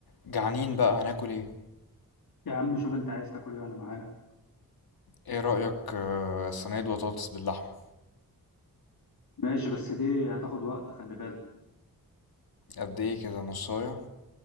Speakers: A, on the left; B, on the left.
A: جعانين بقى هناكل ايه
B: يا عم شوف انت عايز تاكل ايه وانا معايا
A: ايه رأيك آه، صينية بطاطس باللحمة
B: ماشي بس دي هتاخد وقت خلي بالك
A: قد ايه كده نصاية